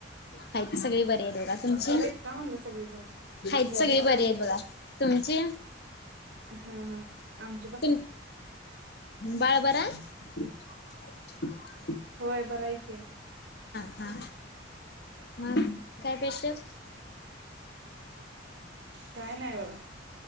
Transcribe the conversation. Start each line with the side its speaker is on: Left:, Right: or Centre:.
Left: हाईत सगळी बरी येत. बघ तुमची
Right: बरे आहेत का म्हणलं सगळेजण?
Left: हाइत
Right: जिजू
Left: सगळी बरी
Right: तेन?
Left: हाईत बघा तुमची?
Right: ह ह आम
Left: तीन बाळ बरा आहे. <inaudible>
Right: होय बरं हाय की.
Left: हा मग काय पेशल.
Right: काय नाय बघा.